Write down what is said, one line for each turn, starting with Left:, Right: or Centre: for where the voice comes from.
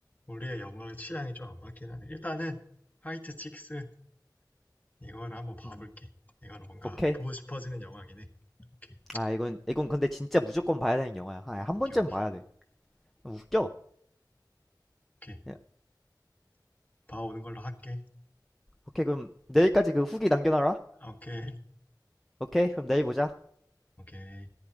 Left: 우리의 영어 취향이 좀 안 맞긴 하네. 일단은 화이트 칙스 이거를 한번 봐볼게.
Centre: 음.
Left: 이거는 뭔가
Centre: 오케이
Left: 보고 싶어지는 영화긴 해. 오케이,
Centre: 아 이건 이건 근데 진짜 무조건 봐야 되는 영화야 아, 한
Left: 오케이,
Centre: 번쯤
Left: 오케이,
Centre: 봐야 돼 웃겨
Left: 오케이.
Centre: 야,
Left: 봐오는 걸로 할게.
Centre: 오케이 그럼 내일까지 그 후기 남겨놔라
Left: 오케이,
Centre: 오케이 그럼 내일 보자
Left: 오케이.